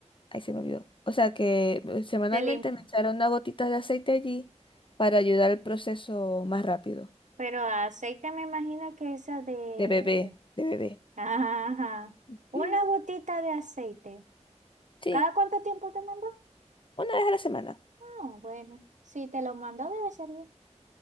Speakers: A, on the left; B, on the right.
A: Ahí se me olvidó. O sea, que eh, semanalmente
B: te lim-
A: me echara unas gotitas de aceite allí para ayudar al proceso más rápido
B: pero aceite me imagino que esa de... <laughs>
A: de bebé, de bebé.
B: Ajá,
A: Mm,
B: una gotita de aceite.
A: Sí,
B: ¿Cada cuánto tiempo te mandó?
A: una vez a la semana.
B: Ah, bueno, si te lo mandó debe ser bien.